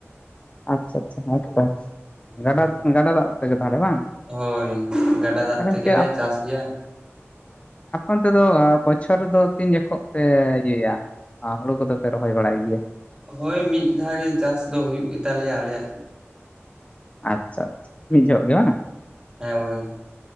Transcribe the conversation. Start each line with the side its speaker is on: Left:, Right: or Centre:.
Left: ᱟᱪᱪᱷᱟ ᱟᱪᱪᱷᱟ ᱟᱪᱪᱷᱟ ᱜᱟᱰᱟ
Right: ᱦᱮᱸ
Left: ᱜᱟᱰᱟ ᱫᱟᱜ ᱛᱟᱦᱞᱮ ᱵᱟᱝ
Right: ᱦᱳᱭ ᱜᱟᱰᱟ ᱫᱟᱜ
Left: ᱛᱟᱦᱞᱮ
Right: ᱛᱮᱜᱮᱞᱮ
Left: ᱜᱚᱢᱠᱮ ᱟᱯᱮ
Right: ᱪᱟᱥ ᱜᱮᱭᱟ
Left: ᱚᱱᱛᱮ ᱫᱚ ᱟ ᱫᱚ ᱵᱚᱪᱷᱚᱨ ᱨᱮᱫᱚ ᱛᱤᱱ ᱡᱚᱠᱷᱚᱱ ᱯᱮ ᱤᱭᱟᱹᱭᱟ ᱦᱩᱲᱩ ᱠᱚᱫᱚ ᱯᱮ ᱨᱚᱦᱚᱭ ᱵᱟᱲᱟᱭ ᱜᱮᱭᱟ
Right: ᱦᱳᱭ ᱢᱤᱫ ᱫᱷᱟᱣ ᱜᱮ ᱪᱟᱥ ᱫᱚ ᱦᱩᱭᱩᱜ ᱜᱮᱛᱟᱞᱮᱭᱟ ᱟᱞᱮᱭᱟᱜ
Left: ᱟᱪᱪᱷᱟ ᱟᱪᱪᱷᱟ ᱢᱤᱫ ᱡᱚᱦᱚᱜ ᱜᱮ ᱵᱟᱝ
Right: ᱦᱮᱸ ᱦᱳᱭ <inaudible>